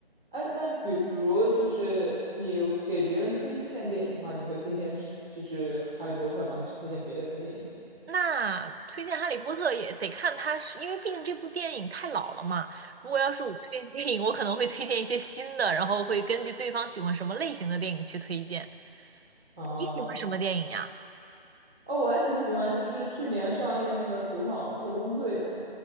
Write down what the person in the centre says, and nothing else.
哎，那比如就是你有给别人推荐电影的话，你会推荐是就是《哈利波特》吗？还是推荐别的电影？
啊，
哦，我还挺喜欢就是去年上映的那个《头脑特工队》的，